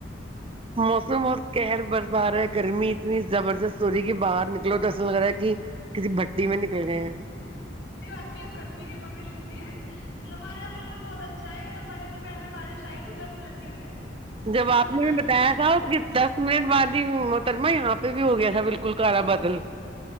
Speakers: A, on the right; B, on the left.
A: موسم بہت کہہر برف آ رہا ہے گرمی اتنی زبردست ہو رہی ہے کہ باہر نکلو تو ایسا لگ رہا ہے کہ کسی بھٹی میں نکل گئے ہیں
B: یہی بات ہم گرمی کے مزے لیجیے ہمارے یہاں موسم بہت اچھا ہے ہمارے یہاں دوپہر میں بارش آئی تو دس منٹ کے لیے آئی
A: جب آپ
B: سے
A: نے
B: یہاں
A: ہم بتایا تھا اس کے دس منٹ بعد محترمہ یہاں پہ بھی ہو گیا تھا بالکل کالا بادل